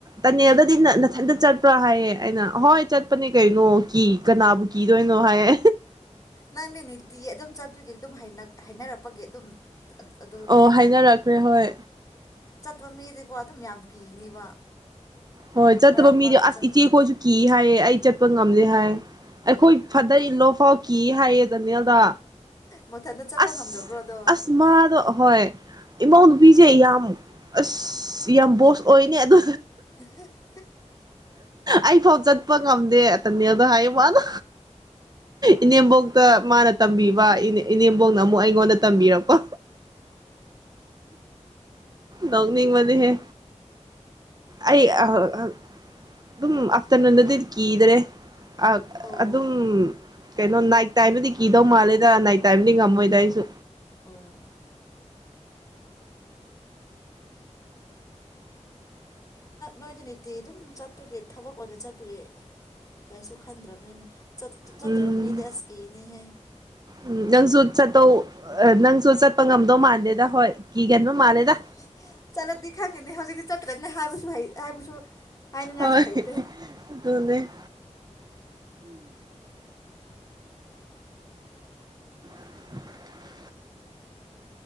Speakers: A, on the right; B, on the left.
A: ꯇꯅꯦꯜꯗꯗꯤ ꯅꯊꯟꯇ ꯆꯠꯄ꯭ꯔꯥ ꯍꯥꯏꯌꯦ ꯑꯩꯅ ꯍꯣꯏ ꯆꯠꯄꯅꯦ ꯀꯩꯅꯣ ꯀꯤ ꯀꯅꯥꯕꯨ ꯀꯤꯗꯣꯏꯅꯣ ꯍꯥꯏꯌꯦ
B: ꯅꯪꯅꯦ ꯅꯤꯇꯤ ꯑꯗꯨꯝ ꯆꯠꯄꯒꯤ ꯑꯗꯨꯝ ꯍꯩꯅ ꯍꯥꯏꯅꯔꯛꯄꯒꯤ ꯑꯗꯨꯝ ꯑꯗꯨꯅꯦ
A: ꯑꯣ ꯍꯥꯏꯅꯔꯛꯈ꯭ꯔꯦ ꯍꯣꯏ
B: ꯆꯠꯄ ꯃꯤꯗꯤꯀꯣ ꯑꯗꯨꯝ ꯌꯥꯝ ꯀꯤꯅꯤꯕ
A: ꯍꯣꯏ ꯆꯠꯇꯕ
B: ꯃꯔꯛ
A: ꯃꯤꯗꯤ
B: ꯃꯔꯛꯇ
A: ꯑꯁ
B: ꯆꯠ
A: ꯏꯆꯦꯈꯣꯏꯁꯨ ꯀꯤ ꯍꯥꯏꯌꯦ ꯑꯩ ꯆꯠꯄ ꯉꯝꯗꯦ ꯍꯥꯏ ꯑꯩꯈꯣꯏ ꯐꯗꯔ ꯏꯜ ꯂꯣ ꯐꯥꯎ ꯀꯤ ꯍꯥꯏꯌꯦ ꯅꯤꯜꯗ
B: ꯃꯊꯟꯇ ꯆꯠꯄ
A: ꯑꯁ
B: ꯉꯝꯗꯕ꯭ꯔꯣ ꯑꯗꯣ
A: ꯑꯁ ꯃꯥꯗꯣ ꯑꯍꯣꯏ ꯏꯃꯎ ꯅꯨꯨꯄꯤꯁꯦ ꯌꯥꯝ ꯑꯁ ꯌꯥꯝ ꯕꯣꯁ ꯑꯣꯏꯅꯦ ꯑꯗꯨ
B: <inaudible>
A: ꯑꯩ ꯐꯥꯎ ꯆꯠꯄ ꯉꯝꯗꯦ ꯇꯅꯦꯜꯗ ꯍꯥꯏꯌꯦ ꯃꯥꯅ ꯏꯅꯦꯝꯕꯣꯛ ꯃꯥꯅ ꯇꯝꯕꯤ ꯏꯅꯦꯝꯕꯣꯡꯅ ꯑꯃꯨꯛ ꯑꯩꯉꯣꯟꯗ ꯇꯝꯕꯤꯔꯛꯄ ꯅꯣꯛꯅꯤꯡ ꯕꯅꯤꯍꯦ ꯑꯩ ꯑ ꯑ ꯑꯗꯨꯝ ꯑꯐꯇꯔ ꯅꯨꯟꯗ ꯗꯤ ꯀꯤꯗꯔꯦ ꯑꯥ
B: ꯑꯣ
A: ꯑꯗꯨꯝ ꯀꯩꯅꯣ ꯅꯥꯏꯠ ꯇꯥꯏꯝꯕꯗꯤ ꯀꯤꯗꯧ ꯃꯥꯜꯂꯦꯗ ꯅꯥꯏꯠ ꯇꯥꯏꯝꯕꯗꯤ ꯉꯝꯃꯣꯏꯗ ꯑꯩꯁꯨ
B: ꯑꯣ ꯅꯣꯏꯗꯅꯤꯇꯤ ꯑꯗꯨꯝ ꯆꯠꯄꯒꯤ ꯊꯕꯛ ꯑꯣꯏꯅ ꯆꯠꯄꯒꯤ ꯀꯩꯁꯨ ꯈꯟꯗ꯭ꯔꯕꯅꯤ ꯆꯠ ꯆꯠꯇ꯭ꯔꯕ
A: ꯎꯝ
B: ꯃꯤꯗꯤ ꯑꯦꯁ ꯀꯤꯅꯤꯍꯦ
A: ꯎꯝ ꯅꯪꯁꯨ ꯆꯠꯇꯧ ꯅꯪꯁꯨ ꯆꯠꯄ ꯉꯝꯗꯧ ꯃꯥꯟꯗꯦꯗ ꯍꯣꯏ ꯀꯤꯒꯟꯕ ꯃꯥꯜꯂꯦꯗ
B: ꯀꯥꯟꯗꯦ ꯆꯠꯂꯗꯤ ꯈꯪꯉꯅꯤ ꯍꯧꯖꯤꯛꯇꯤ ꯆꯠꯇ꯭ꯔꯅꯤ ꯍꯥꯏꯕꯁꯨ ꯍꯥꯏꯕꯁꯨ ꯍꯥꯏꯅꯤꯡꯉꯥꯏꯁꯨ
A: ꯍꯣꯏ
B: ꯍꯩꯇꯦ
A: ꯑꯗꯨꯅꯦ <inaudible>